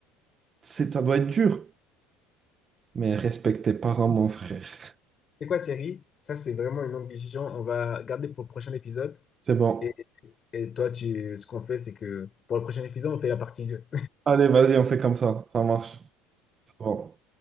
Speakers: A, on the right; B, on the left.
A: c'est, ça doit être dur. Mais respecte tes parents, mon frère. <laughs>
B: C'est quoi Thierry? Ça, c'est vraiment une longue discussion. On va garder pour le prochain épisode.
A: C'est bon.
B: Et, et toi, tu, ce qu'on fait, c'est que pour le prochain épisode, on fait la partie deux.
A: Allez, vas-y, on fait comme ça, ça marche. C'est bon.